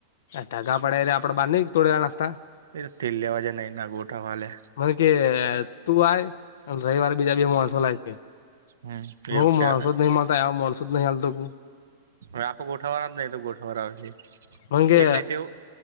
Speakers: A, on the left (about 70°); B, on the right (about 80°).
A: હઢગા પડ્યા એ આપણે બહાર ન તોડે નાખતા.
B: એ તેલ લવાજે ન ના ગોટા વાલે.
A: મને કે તું આય અને રવિવારે બીજા બી માણસો લાય.
B: હમ
A: હું
B: એવું ક્યારે
A: માણસો નહી મળતા, માણસો જ નહી હાલતો.
B: આપ ગોઠવવાના જ ન તો ગોઠવારાશે.
A: મન કે
B: જેટલી તેવું,